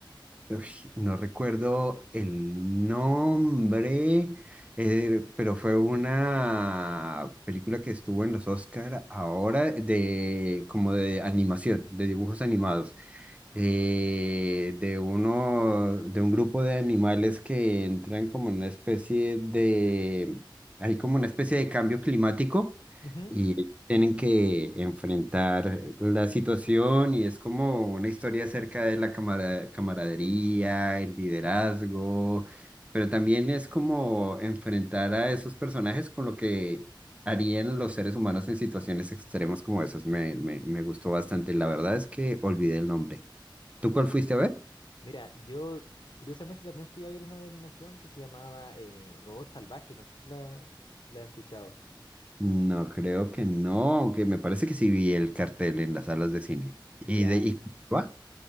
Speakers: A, on the right; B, on the left.
A: Uy, no recuerdo el nombre, eh, pero fue una película que estuvo en los Oscar ahora de como de animación, de dibujos animados eh, de uno, de un grupo de animales que entran como en una especie de, hay como una especie de cambio climático
B: Ujú.
A: y tienen que enfrentar la situación y es como una historia acerca de la camara- camaradería, el liderazgo, pero también es como enfrentar a esos personajes con lo que harían los seres humanos en situaciones extremas como esas. Me, me, me gustó bastante. La verdad es que olvidé el nombre. ¿Tú cuál fuiste a ver?
B: Mira, yo curiosamente también fui a ver una de animación que se llamaba eh, Robot Salvaje, no sé si la, si la has escuchado.
A: No, creo que no, aunque me parece que sí vi el cartel en las salas de cine. ¿Y
B: Ya.
A: de y, ¿va?